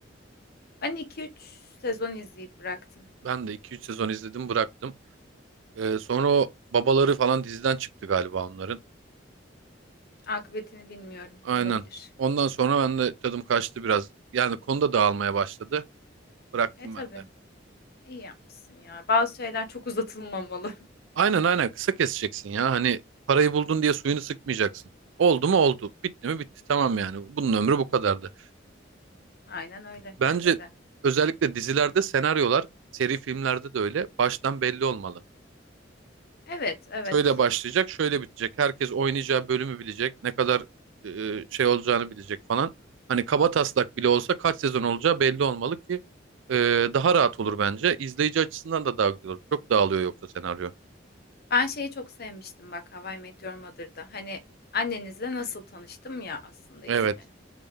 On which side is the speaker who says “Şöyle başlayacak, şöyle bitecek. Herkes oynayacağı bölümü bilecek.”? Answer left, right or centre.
Right